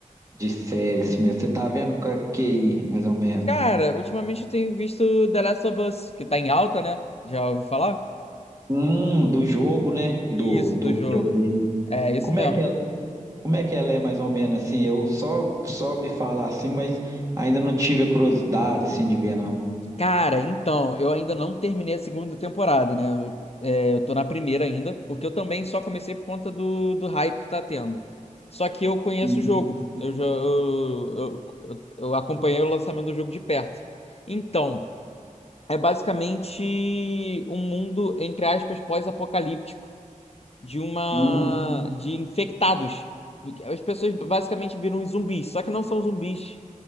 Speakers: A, on the right; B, on the left.
A: de série, assim mesmo. Você tá vendo com a QI, mais ou menos.
B: Cara, ultimamente eu tenho visto The Last of Us, que tá em alta, né? Já ouvi falar?
A: Hum, do jogo, né? Do,
B: Isso,
A: do
B: do jogo.
A: videogame.
B: É, isso
A: Como
B: mesmo.
A: é que ela, como é que ela é mais ou menos assim? Eu só só vi falar assim, mas ainda não tive a curiosidade assim de ver não.
B: Cara, então, eu ainda não terminei a segunda temporada, né? É, eu tô na primeira ainda, porque eu também só comecei por conta do, do hype que tá tendo. Só que eu conheço
A: Uhum.
B: o jogo. Eu já eu, eu, eu eu acompanhei o lançamento do jogo de perto. Então. É basicamente um mundo, entre aspas, pós-apocalíptico de uma
A: Hum,
B: de infectados. As pessoas basicamente viram zumbis, só que não são zumbis